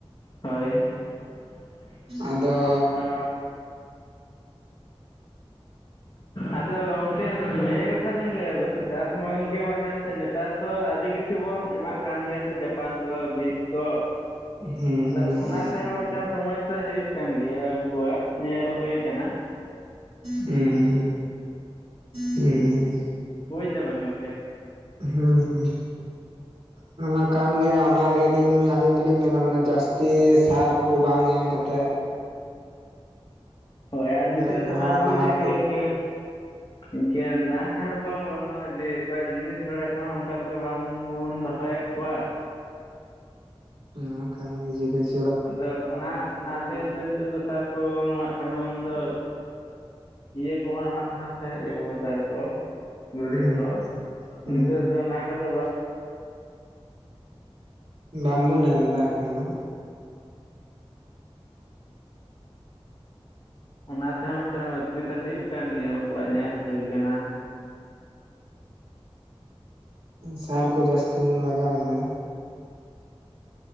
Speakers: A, on the left (about 50°); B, on the right (about 85°).
A: ᱦᱳᱭ <unintelligible>
B: ᱟᱫᱚ
A: ᱟᱫᱚ ᱜᱚᱝᱠᱮ ᱱᱤᱭᱟᱹ ᱠᱟᱛᱷᱟ ᱞᱤᱧ ᱞᱟᱹᱭᱟ ᱪᱟᱥ ᱢᱟ ᱤᱱᱠᱟᱹ ᱢᱟ ᱪᱟᱥ ᱱᱮᱛᱟᱨ ᱫᱚ ᱟᱹᱰᱤ ᱠᱤᱪ ᱪᱷᱩ ᱵᱚᱱ ᱮᱢᱟᱜ ᱠᱟᱱ ᱜᱮᱭᱟ ᱥᱮ ᱡᱟᱯᱟᱱ ᱠᱚ ᱵᱤᱥ ᱛᱚ
B: ᱦᱩᱸ
A: ᱟᱫᱚ
B: ᱦᱩᱸ ᱦᱩᱸ
A: ᱚᱱᱟ
B: ᱦᱩᱸ
A: ᱛᱮᱦᱚᱸ ᱢᱤᱫᱴᱟᱝ ᱥᱚᱢᱚᱭ ᱥᱟᱹ ᱦᱩᱭᱩᱜ ᱠᱟᱱ ᱜᱮᱭᱟ ᱩᱱᱠᱩᱣᱟᱜ ᱧᱮᱞ ᱦᱳᱭ ᱠᱟᱱᱟ᱾
B: ᱦᱩᱸ ᱦᱩᱸ ᱦᱩᱸ ᱦᱩᱸ᱾
A: ᱵᱩᱡᱽ ᱫᱟᱵᱮᱱ ᱜᱚᱝᱠᱮ᱾
B: ᱦᱩᱸ ᱦᱩᱸ᱾ ᱚᱱᱟᱢᱟ ᱠᱟᱱ ᱜᱮᱭᱟ ᱚᱱᱟ ᱜᱮᱞᱤᱧ ᱟᱹᱞᱤᱧ ᱫᱚᱞᱤᱧ ᱢᱮᱱᱟ ᱡᱟᱹᱥᱛᱤ ᱥᱟᱨ ᱠᱚ ᱵᱟᱝ ᱮᱢ ᱠᱟᱛᱮᱜ
A: ᱦᱳᱭ ᱟᱨ ᱱᱤᱛᱳᱜ
B: ᱢᱟᱱᱮ ᱡᱟᱦᱟᱸ
A: ᱛᱚᱵᱮᱱ ᱵᱩᱡᱮᱜ
B: ᱞᱟᱦᱟᱛᱮ
A: ᱜᱮᱭᱟ ᱤᱸᱱᱠᱟᱹ ᱤᱱᱠᱟᱹ ᱱᱟᱦᱮᱞ ᱠᱚᱦᱚᱸ ᱵᱟᱹᱱᱩᱜᱼᱟ, ᱡᱮ ᱚᱠᱚᱭᱟᱜ ᱡᱤᱱᱤᱥ ᱡᱚᱲᱟ ᱠᱚᱦᱚᱸ ᱚᱱᱠᱟᱞ ᱞᱮᱠᱟ ᱵᱟᱝᱵᱚᱱ ᱫᱚᱦᱚᱭᱮᱜ ᱠᱚᱣᱟ᱾
B: ᱚᱱᱟ ᱦᱚ ᱠᱟᱱ ᱜᱮᱭᱟ ᱡᱤᱱᱤᱥ
A: ᱟᱫᱚ ᱚᱱᱟ ᱚᱱᱟ ᱛᱮᱜᱮ ᱥᱮ ᱱᱤᱛᱳᱜ ᱫᱚ ᱥᱟᱨ ᱠᱚ ᱵᱟᱵᱚᱱ ᱮᱢᱟᱜ ᱠᱟᱱᱟ, ᱩᱱᱫᱚ ᱤᱭᱟᱹ ᱠᱚ ᱵᱟᱝ ᱮᱢᱟᱜ ᱠᱷᱟᱸᱡ ᱛᱟᱦᱮᱸᱫ ᱡᱮᱵᱚᱥᱟᱨ ᱠᱚ ᱜᱩᱨᱤᱡ
B: ᱦᱩᱸ
A: ᱠᱚ
B: ᱦᱩᱸ
A: ᱱᱤᱛᱚᱜ
B: ᱦᱩᱸ
A: ᱫᱚ ᱚᱱᱟ ᱠᱚᱫᱚ ᱵᱟ
B: ᱵᱟᱝᱵᱚᱱ ᱮᱢ ᱫᱟ ᱮᱠᱷᱚᱱ ᱫᱚ,
A: ᱚᱱᱟ ᱛᱮᱦᱚᱸ ᱢᱤᱫᱴᱟᱝ ᱚᱥᱩᱵᱤᱫᱷᱟ ᱦᱳᱭᱳᱜ ᱠᱟᱱ ᱜᱮᱭᱟ, ᱩᱱᱠᱩᱣᱟᱜ ᱧᱮᱞ ᱦᱳᱭ ᱠᱟᱱᱟ
B: ᱥᱟᱨᱠᱚ ᱡᱟᱥᱛᱤᱵᱩᱱ ᱞᱟᱜᱟᱣᱮᱫᱟ